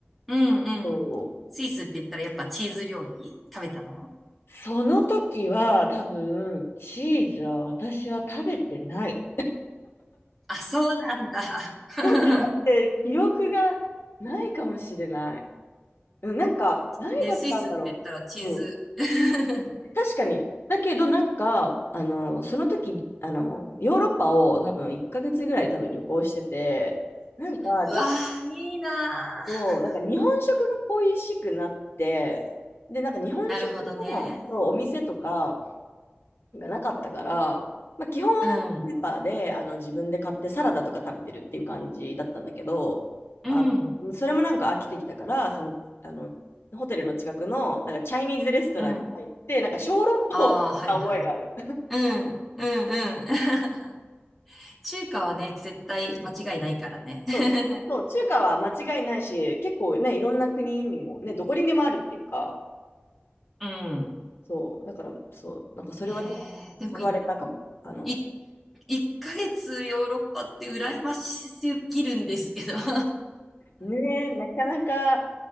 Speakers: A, in the centre; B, on the left (about 75°).
A: うんうん。
B: そう。
A: スイスって言ったらやっぱチーズ料理食べたの
B: その時は多分チーズは私は食べてない。
A: あ、そうなんだ。<laughs>
B: そう、食べて記憶がないかもしれない。うんなんか、何食べたんだろう。
A: ね、スイスって言ったらチーズ。
B: うん。
A: <laughs>
B: 確かに。だけどなんか、あの、その時、あの、ヨーロッパを多分1ヶ月ぐらい多分旅行してて、なんかちょっ
A: うわー、いいなー。
B: と、なんか日本食が恋しくなって、で、なんか日本食のそうお店とか、
A: なるほどね。
B: がなかったから、まあ、基本はなんかスーパーであの自分で買ってサラダとか食べてるっていう感じだったんだけど、
A: うんうん、
B: あのそれもなんか飽きてきたから、その、あの、ホテルの近くのなんかチャイニーズレストランに入って、
A: うん。
B: なんか小籠包を食べた覚えがある。
A: ああ、はいはい。うん、うん、うん。<laughs> 中華はね、絶対間違いないからね。
B: <laughs>
A: <laughs>
B: そう、そう中華は間違いないし、結構ね、いろんな国にもね、どこにでもあるっていうか、
A: うん。
B: そう、だから、そう、なんかそれはちょっと救われたかも。
A: えー、でもい、
B: あの、
A: い、1ヶ月ヨーロッパって羨ましすぎるんですけど。<laughs>
B: ねえ、なかなか